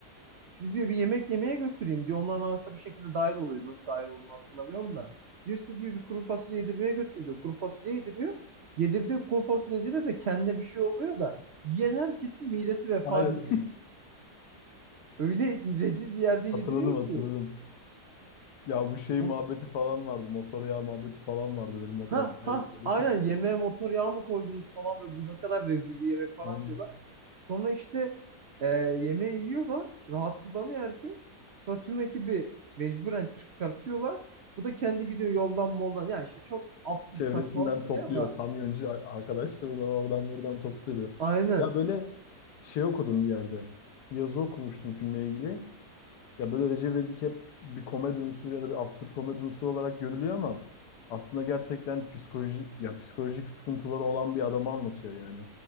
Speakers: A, on the right; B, on the left.
A: siz diyor bir yemek yemeye götüreyim diyor. Onların arasında bir şekilde dahil oluyor. Nasıl dahil olduğunu hatırlamıyorum da. Diyor size diyor bir kuru fasulye yedirmeye götürüyor diyor. Kuru fasulye yediriyor. Yedirdiği kuru fasulyecide de kendine bir şey oluyor da. Yiyen herkesin midesi vefat
B: Aynen.
A: ediyor. Öyle rezil bir yerde
B: Hatırladım
A: yediriyor
B: hatırladım.
A: ki.
B: Ya bu şey
A: On-
B: muhabbeti falan vardı. Motor yağı muhabbeti falan vardı. Böyle motor
A: Ha
B: yağı
A: ha
B: ekliyorduk.
A: aynen yemeğe motor yağı mı koydunuz falan ve bu ne kadar rezil bir yemek falan
B: Aynen.
A: diyorlar. Sonra işte e, yemeği yiyorlar. Rahatsızlanıyor herkes. Sonra tüm ekibi mecburen çıkartıyorlar. Bu da kendi gidiyor yoldan moldan. Ya işte çok absürt
B: Çevresinden
A: saçmalık bir
B: topluyor.
A: şey ama
B: Kamyoncu a- arkadaşlarından oradan buradan topluyordu.
A: aynen.
B: Ya böyle şey okudum bir yerde. Bir yazı okumuştum filmle ilgili. Ya böyle Recep İvedik hep bir komedi unsuru ya da bir absürt komedi unsuru olarak görülüyor ama aslında gerçekten psikoloji, yani psikolojik sıkıntıları olan bir adamı anlatıyor yani.